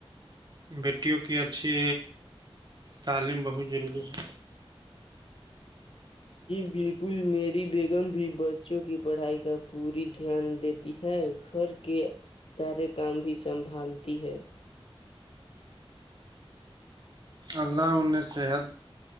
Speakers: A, on the right; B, on the left.
A: بیٹیوں کی اچھی تعلیم بہت ضروری ہے
B: جی بالکل میری بیگم بھی بچوں کی پڑھائی کا پوری دھیان دیتی ہے گھر کے سارے کام بھی سنبھالتی ہے
A: اللہ انن نے صحت